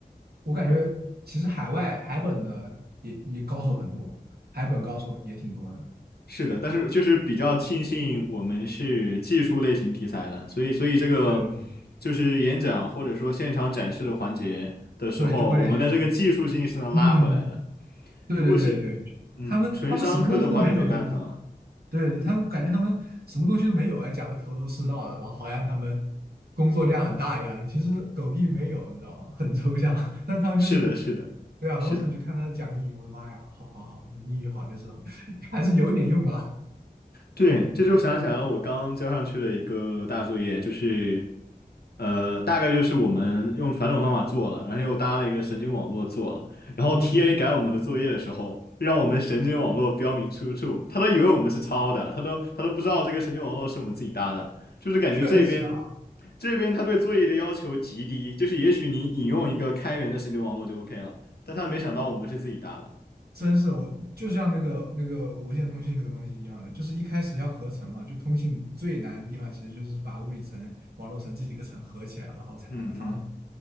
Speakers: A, on the right (about 80°); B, on the left (about 80°).
A: 我感觉其实海外海本的也也高手很多，海本高手也挺多的。
B: 是的，但是就是比较庆幸我们是技术类型题材的，所以所以这个
A: 对
B: 就是演讲或者说现场展示的环节的时候，
A: 对，就会
B: 我们的这个技术性是能拉回来的。
A: 嗯，对对对对，
B: 如果是嗯纯商课的话，
A: 他们他们什么东西都没有，
B: 就没办法了。
A: 就是对对，他们感觉他们什么东西都没有，还讲的头头是道的，然后好像他们工作量很大一样的，其实狗屁没有，你知道吗？很抽象，<laughs> 但他们就是。
B: 是的，是的，
A: 对啊，
B: 是的。
A: 当时你去看他讲英语，我的妈呀，好好好，那英语好就是 <laughs> 还是有点用的。
B: 对，这就想想我刚交上去的一个大作业，就是，呃，大概就是我们用传统方法做了，然后又搭了一个神经网络做了，然后
A: 嗯，
B: TA 改我们的作业的时候，让我们神经网络标明出处，他都以为我们是抄的，他都他都不知道这个神经网络是我们自己搭的，就是感觉这边
A: 确实啊，
B: 这边他对作业的要求极低，就是也许你引用一个开源的神经网络就 OK 了，但他没想到我们是自己搭的，
A: 真是我就像那个那个无线通信那个东西一样的，就是一开始要合成嘛，就通信最难的地方其实就是把物理层、网络层这几个层合起来，然后才能发送
B: 嗯嗯